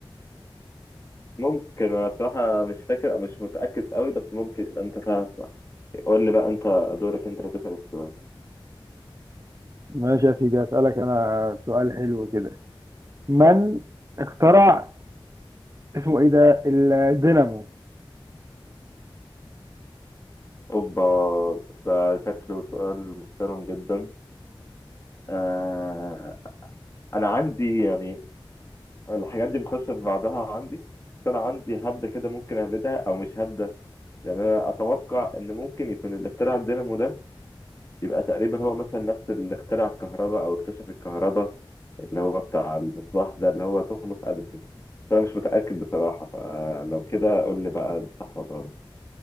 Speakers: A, on the left; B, on the right.
A: ممكن أنا بصراحة مش فاكر أو مش متأكد قوي بس ممكن يبقى أنت فاهم قول لي بقى أنت دورك أنت اللي تسأل السؤال
B: ماشي يا سيدي هسألك أنا سؤال حلو كده من اخترع اسمه إيه ده الدينامو
A: أوبا ده شكله سؤال محترم جدا آه أنا عندي يعني الحاجات دي بتخش في بعضها عندي بس أنا عندي هبدة كده ممكن أهبدها أو مش هبدة يعني أنا أتوقع إن ممكن يكون اللي اخترع الدينامو ده يبقى تقريبا هو مثلا نفس اللي اخترع الكهرباء او اكتشف الكهرباء اللي هو بتاع المصباح ده اللي هو توماس اديسون بس انا مش متاكد بصراحه فلو كده قول لي بقى ده صح ولا غلط